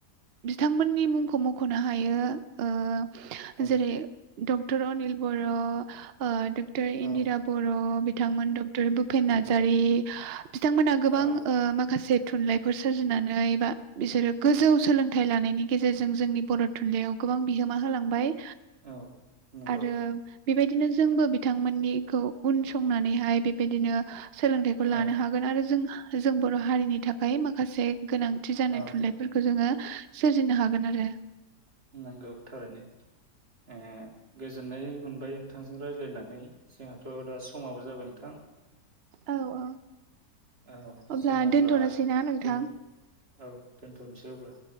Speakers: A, on the right; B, on the right.
A: बिथांमोननि मुंखौ मखनो हायो ओ
B: औ
A: जेरै- डक्टर अनिल बर' ओ डक्टर इन्दिरा
B: औ
A: बर' बिथांमोन डक्टर भुपेन
B: नंगौ
A: नार्जारी बिथांमोनहा गोबां
B: औ
A: ओ माखासे थुनलाइफोर सोरजिनानै बा बिसोरो गोजौ सोलोंथाइ लानायनि गेजेरजों जोंनि बर' थुनलाइयाव गोबां बिहोमा होलांबाय।
B: औ नंगौ
A: आरो बेबायदिनो जोंबो बिथां मोननिखौ उन संनानैहाय बेबायदिनो सोलोंथाइखौ लानो
B: औ
A: हागोन आरो जों जों बर' हारिनि थाखाय माखासे गोनांथि जानाय
B: औ
A: थुनलाइ ङो सोरजिनो हागोन आरो
B: नोंगौ थारैनो ओ गोजोननाय मोन बाय नोंथांजों रायज्लायनानै जोंहाथ' दा समाबो जाबाय नोंथां।
A: औ औ
B: औ
A: अब्ला
B: जों
A: दोनथ'नोसैना नोंथां?
B: दोन औ दोनथनोसै अब्ला।